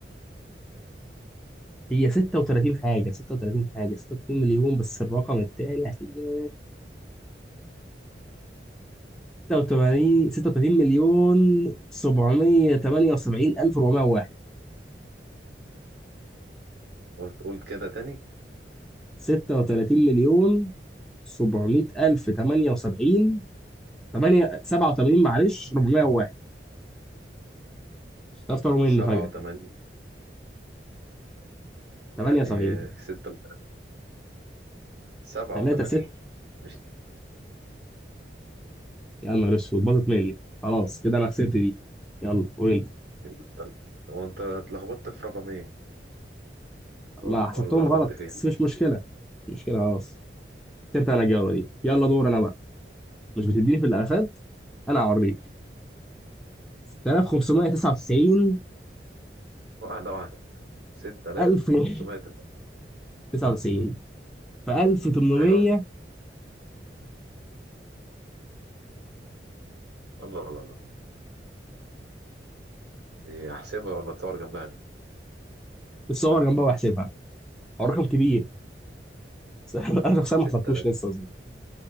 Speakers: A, in the centre; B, on the right.
A: هي 36 حاجة 36 حاجة 36 مليون بس الرقم التاني هتلاقيه 86 36 مليون 778 ألف 401
B: قلت قول كده تاني
A: 36 مليون 700 ألف 78 8 87 معلش 401 تفطر مني
B: سبعة
A: فجأة
B: وتمانين
A: كده 78
B: يعني ستة سبعة
A: 3
B: وتمانين
A: 6
B: مش
A: يا نهار اسود باظت مني خلاص كده أنا خسرت دي يلا قول أنت
B: انت- هو انت اتلخبطت في رقمين هو
A: ما حسبتهم
B: اللي غلطت
A: غلط
B: فيها
A: بس مش مشكلة مش مشكلة خلاص خسرت أنا الجولة دي يلا
B: ماشي.
A: دور أنا بقى مش بتديني في الالفات انا هوريك 6599
B: واحدة واحدة 6500
A: في
B: ده.
A: 1099 في 1873
B: ايوه الله الله الله دي احسبها ولا تصور جنبها دي
A: الصور جنبها وهحسبها هو رقم كبير بس <laughs> انا شخصيا ما
B: 6000
A: حسبتوش لسه مظبوط